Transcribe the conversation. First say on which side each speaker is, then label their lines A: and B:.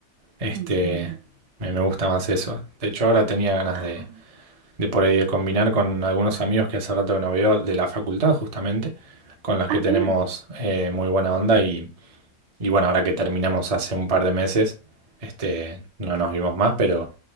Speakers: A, on the right (about 45°); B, on the right (about 80°).
A: Este,
B: Ujú.
A: me, me gusta más eso. De hecho, ahora tenía ganas
B: Ah,
A: de, de por ahí de combinar con algunos amigos que hace rato que no veo de la facultad, justamente, con los
B: ah,
A: que tenemos
B: bien.
A: eh, muy buena onda y, y bueno, ahora que terminamos hace un par de meses, este, no nos vimos más, pero